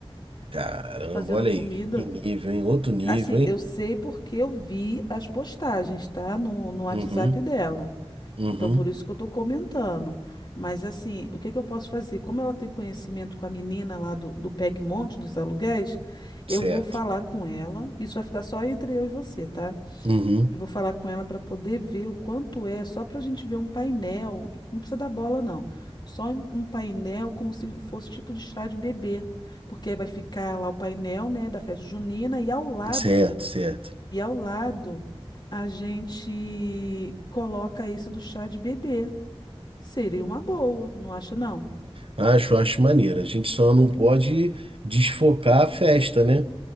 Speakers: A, on the right (about 60°); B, on the left (about 45°).
A: Caramba,
B: fazendo
A: olha
B: comida.
A: aí, que nível, hein? Outro nível,
B: Assim,
A: hein?
B: eu sei porque eu vi as postagens, tá? No, no WhatsApp
A: Uhum,
B: dela.
A: uhum,
B: Então, por isso que eu estou comentando. Mas, assim, o que que eu posso fazer? Como ela tem conhecimento com a menina lá do, do PEG Monte, dos aluguéis,
A: certo.
B: eu vou falar com ela. Isso vai ficar só entre eu e você, tá?
A: Uhum,
B: Eu vou falar com ela para poder ver o quanto é, só para a gente ver um painel. Não precisa dar bola, não. Só um um painel, como se fosse tipo de chá de bebê. Porque aí vai ficar lá o painel, né, da festa junina, e ao lado,
A: certo, certo.
B: e ao lado, a gente coloca esse do chá de bebê. Seria uma boa, não acha não?
A: Acho, acho maneiro. A gente só não pode desfocar a festa, né?